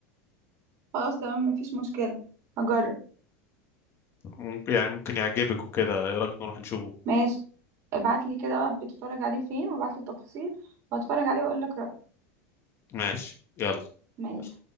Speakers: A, on the right; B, on the left.
A: خلاص تمام مفيش مشكله هجرب
B: ممكن يعني ممكن يعجبك وكده ايه رايك نروح نشوفه
A: ماشي ابعت لي كده بقى بتتفرج عليه فين وابعت لي التفاصيل وهتفرج عليه واقول لك رايي
B: ماشي يلا
A: ماشي
B: يلا.